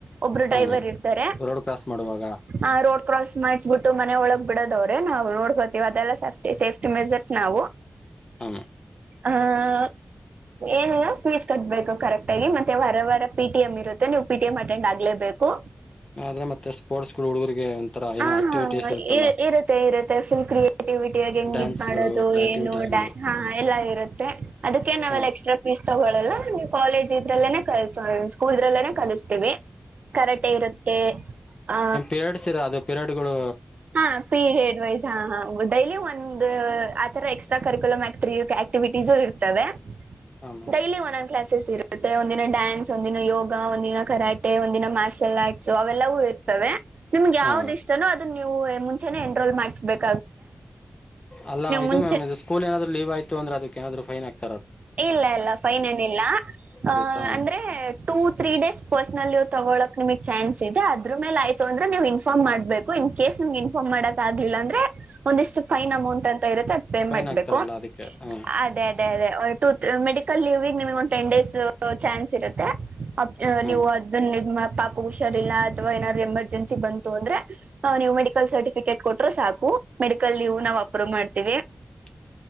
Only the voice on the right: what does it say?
ಒಬ್ರು
ಡ್ರೈವರ್
ಇರ್ತಾರೆ
ಅ ರೋಡ್ ಕ್ರಾಸ್ ಮಾಡಸ್ಬಿಟ್ಟು ಮನೆ ಒಳಗ್ ಬಿಡ ್ರೆ ನಾವು ನೋಡ್ಕೋತೀವಿ ಅದೆಲ್ಲ ಸೇಫ್ಟಿ ಸೇಫ್ಟಿ ಮೆಜರ್ಸ್ ನಾವು
ಹ ಏನಿಲ್ಲ ಫೀಸ್ ಕಟ್ಬೇಕು ಕರೆಕ್ಟ್ ಆಗ ಮತ್ತೆ ವ ವಾರ ಪಿಟಿ ಎಂ ಇರುತ್ತೆ ನೀವು ಪಿಟಿ ಎಂ ೆಂಡ್ ಆಗ್ಲೇಬೇಕು
ಹ
ಹಾ
ಇ ಇರುತ್ತೆ ಇರುತ್ತೆ ಫುಲ್ ಕ್ರಿಯೇಟಿವಿಟಿ ಆಾಗಿ ಹೆಂಗ
ಮಾಡದು
ಏನು ಡಾನ್ ಹಾ ಎಲ್ಲಾ ಇರುತ್ತೆ ಅದಕ್ಕೆ ನಾವೆಲ್ಲ
ಎಕ್ಸ್ಟ್ರಾ ಫೀಸ್ ತಗೊಳ್ಳಳಲ್ಲ ನೀ್ ಕಾಲೇಜ್ ಲ್ಲ ಕ ಸ್ಕೂಲ್್ರಲ್ಲೇ ಕಲಿಸತೀವಿ ಕರಟೆ ಇರುತ್ತೆ ಆ
ಹಾ ಪೀರಿಯಡ್ ವೈಸ್ ಹಾ ಹ ಡೈಲಿ ಒಂದು ಆ ತರ ಎಕ್ಸ್ಟ್ರ ಕರಿಕುಲಮಂ ಆಕ್ಟ ಆಕ್ಟಿವಿಟೀಸ್ು ಇರ್ತದೆ
daily one on classes ಇರು ಮತ್ತೆ ಒಂದಿನ ಡ್ಯಾನ್ಸ್ ಒಂದಿನ ಯೋಗ ಒಂದಿನ ಕರಾಟೆ ಒಂದಿನ ಮಾರ್ಷಲ್ ಆರ್ಟ್ಸ್ ಅವೆಲ್ಲವ ಇರುತ್ತೆ ನಿಮ್ಗೆ ಯಾವ್ದ
ಇಷ್ಟನೋ ಅದನ್ನ ನೀವು ಮುಂಚೆನೆೇ ಎನ್ರೋಲ್ ಮಾಡಸ್ಬೇಕು
ಮುಂಚೆ
ಇಲ್ಲ ಇಲ್ಲ ಫೈನ್ ಏನಲ್ಲ ಅ
ಅಂದ್ರೆ ಟೂ ತ್ರ ಡೇಸ್ ಪರ್ಸ್ನಲ್್ ತಗೊಳಕ್ ನಿಮಗ್ ಚಾನ್ಸ್ ಇದೆ ಅದ್ರ ಮೇಲೆ ಆಯತು ಅಂದ್ರೆ ನೀವು ಇನ್ಫಾರ್ಮ್ ಮಾಡಬೇಕು ಕೇಸನ್ ಇನ್ಫಾರ್ಮ್ ಮಾಡಕ್ ಆಗ್ಲಿಲ್ಲ ಅಂದ್ರೆ ಒಂದಿಷ್ಟು ಫೈನ್ ಅಮೌಂಟ್ ಅಂತ ಇರುತ್ತೆ ಅದ ಪೇ
ಮಾಡ್ಬೇಕು
ಅದೇ ಅದೇ ಅದೇ ಮೆಡಿಕಲ್ ಲೀವ್ ನಿಮಗೆ ಒಂದು ಟೆನ್ ಡೇಸ್ ಚಾನ್ಸ್ ಇರುತ್ತೆ
ನೀವು ಅದನ್ನ ನಿ ಪಾಪ ಹುಷಾರಿಲ್ಲ ಅಥವಾ ಏನಾದ್ರು ಎಮರ್ಜೆನ್ಸಿ ಬಂತು ಅಂದ್ರೆ ನೀವು ಮೆಡಿಕಲ್ ಸರ್ಟಿಫಿಕೇಟ್ ಕೊಟ್ಟ್ರರು ಸಾಕು ಮೆಡಿಕಲ್ ನೀವು ನಾವವು ಅಪ್ರೂವ್ ಮಾಡ್ತೀವಿ